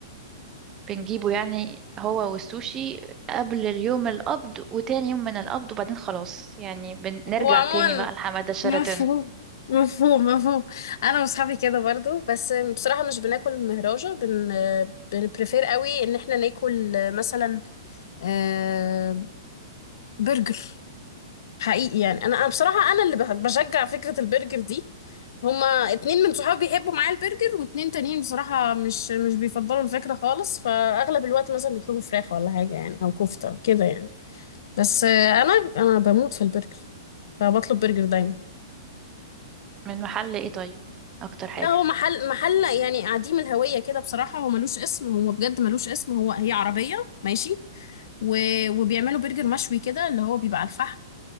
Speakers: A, on the right; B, on the left.
A: بنجيبه يعني هو والسوشي قبل اليوم القبض وتاني يوم من القبض وبعدين خلاص يعني بنرجع
B: هو عموما
A: تاني بقى لحمادة شرطة
B: مفهوم مفهوم مفهوم انا واصحابي كده برضو بس بصراحة مش بناكل مهراجة بن بنبريفير قوي ان احنا ناكل مثلا آه، برجر حقيقي يعني انا أنا بصراحة انا اللي بشجع فكرة البرجر دي هما اتنين من صحابي بيحبوا معايا البرجر واتنين تانيين بصراحة مش مش بيفضلوا الفكرة خالص فأغلب الوقت مثلا بيطلبوا فراخ ولا حاجة يعني أو كفتة كده يعني بس آه، أنا أنا بموت في البرجر فبطلب برجر دايما
A: من محل ايه طيب اكتر حاجة
B: لا هو محل محل يعني عديم الهوية كده بصراحة هو ملوش اسم هو بجد ملوش اسم هو هي عربية ماشي و... وبيعملوا برجر مشوي كده اللي هو بيبقى على الفحم